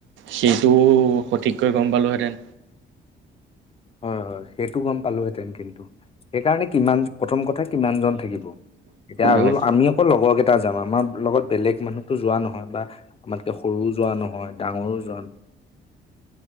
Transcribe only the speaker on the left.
হয় হয়, সেইটো গম পালোহেঁতেন কিন্তু। সেইকাৰণে কিমান, প্ৰথম কথা কিমান জন থাকিব। এতিয়া আৰু
আমি অকল লগৰ কেই টা যাম, আমাৰ লগত বেলেগ মানুহটো যোৱা নহয় বা আমাতকে সৰুও যোৱা নহয়, ডাঙৰো যোৱা,